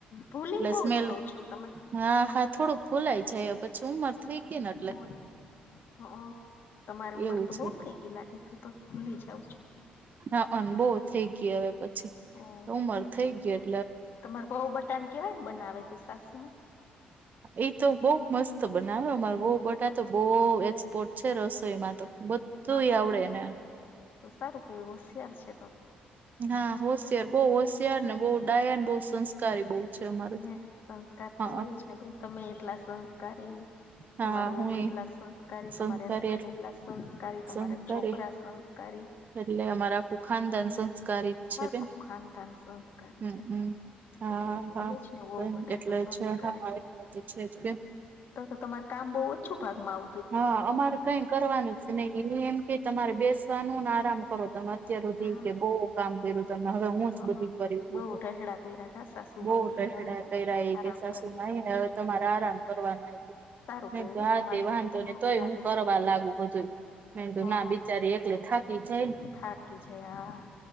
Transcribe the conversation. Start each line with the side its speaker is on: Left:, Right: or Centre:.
Left: ભૂલી
Right: એટલે
Left: બહુ
Right: સ્મેલ
Left: જાવ છો તમે
Right: હા હા થોડુંક ભુલાઈ જાય પછી ઉંમર થઈ ગઈ ને એટલે
Left: ઓય હ તમારી ઉંમર
Right: એવું
Left: તો
Right: છે
Left: બઉ થઈ ગય લાગે તો તો ભુલી જાઉ છું.
Right: હા અન બો થઈ ગયા હવે પછી
Left: હા
Right: ઉમર થઈ ગયા.
Left: તમાર હોવબટા કેવાય બનાવે તો સાસુમાં.
Right: એ તો બઉ મસ્ત બનાવે હો માર હોવબટા બહુ એક્સપોર્ટ છે રસોઈમાં તો બધું
Left: હા
Right: આવડે એને,
Left: તો સારું કે હોશિયાર છે તો,
Right: હા હોશિયાર, બહુ હોશિયારને, બહુ ડાયા, બહુ સંસ્કારી બહુ, છે અમારે
Left: હ સંસ્કાર
Right: હા
Left: તો હોય જ ને ભાઈ તમે એટલા સંસ્કારી
Right: હા
Left: તમાર વહૂ
Right: હું
Left: એટલા સંસ્કારી,
Right: સંસ્કારી
Left: તમારે હસબેન્ડ એટલા સંસ્કારી,
Right: સંસ્કારી
Left: તમારા છોકરા સંસ્ તારી
Right: એટલે અમારા ખું ખાનદાન સંસ્કારી જ છે,
Left: આખું
Right: બેન.
Left: ખાનદાન સંસ્કારી
Right: હમ્મ
Left: છે
Right: હમ્મ. હા
Left: એટલે તો
Right: હા
Left: હોય જ ને વહુ બટા
Right: એટલે
Left: તો સંસ્કારી
Right: જ હા એટલે જ છે જ કે.
Left: તો તો તમારે કામ બઉ જ છુ ભાગમાં આવ
Right: હા. અમારે કઈ કરવાનું જ નઈ, એની એમ કે તમારે બેસવાનું ને આરામ કરો તમે, અત્યાર હુધી
Left: હા
Right: કે બોવ કામ કર્યું. તમ હવે હું
Left: હ
Right: જ બધી કરી હતી
Left: બહુ
Right: કે,
Left: ઢહેડા કર્યા કા સાસુમાં
Right: બો
Left: એ
Right: ટટડા
Left: કે હવે
Right: કયરા એ
Left: આરામ
Right: કેસ સાસુ
Left: કરીએ
Right: બઈ હવે તમારે આરામ કરવાનું,
Left: સારું
Right: ને
Left: કેવાય
Right: ઘા
Left: તમારી
Right: તેવા
Left: બહુ
Right: તો
Left: બહુ
Right: ને તોય
Left: સારી
Right: હું
Left: રીતે
Right: કરવા લાગુ બધું. નઈ
Left: કેવાય
Right: તો ના બિચારી એકલી થાકી જાય ને.
Left: હ થાકી જાય આ